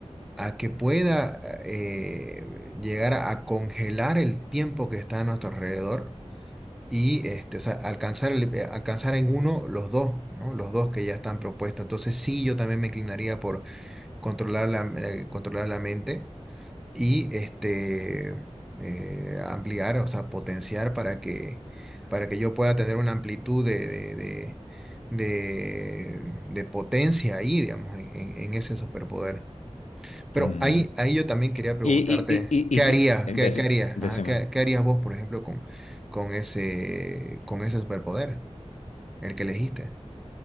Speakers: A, in the centre; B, on the left.
A: a que pueda eh, llegar a, a congelar el tiempo que está a nuestro alrededor y este, o sea, alcanzar, el- eh, alcanzar en uno los dos, ¿no? Los dos que ya están propuestos. Entonces sí, yo también me inclinaría por controlar la, eh, controlar la mente y este, eh, ampliar, o sea, potenciar para que, para que yo pueda tener una amplitud de, de- de- de- de potencia ahí, digamos, en en- en ese superpoder. Pero
B: ujú.
A: ahí, ahí yo también quería preguntarte,
B: Y, y, y, y,
A: ¿qué
B: y
A: harías?
B: sí, deci-
A: ¿Qué, qué harías?
B: decime.
A: Ajá, ¿qué, qué harías vos, por ejemplo, con, con ese, con ese superpoder, el que elegiste?